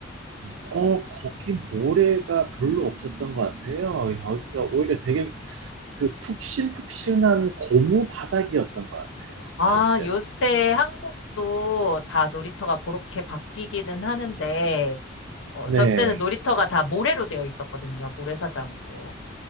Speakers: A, on the right (about 85°); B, on the left (about 75°).
A: 어 거기 모래가 별로 없었던 것 같아요. 여기가 오히려 되게 그 푹신푹신한 고무 바닥이었던 것 같아요,
B: 아,
A: 저희 때는.
B: 요새 한국도 다 놀이터가 그렇게 바뀌기는 하는데, 어,
A: 네.
B: 저 때는 놀이터가 다 모래로 되어 있었거든요. 모래사장으로.